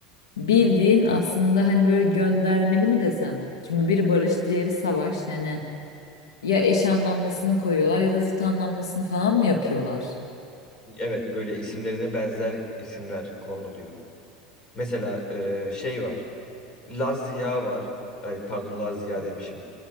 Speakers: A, on the left; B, on the left.
A: bildiğin aslında hani böyle göndermeli mi desem? Çünkü biri barış, diğeri savaş. Hani ya eş anlamlısını koyuyorlar ya da zıt anlamlısını falan mı yapıyorlar?
B: evet böyle isimlerine benzer isimler konuluyor. Mesela e, şey var. Lazia var. Ay, pardon Lazia demişim.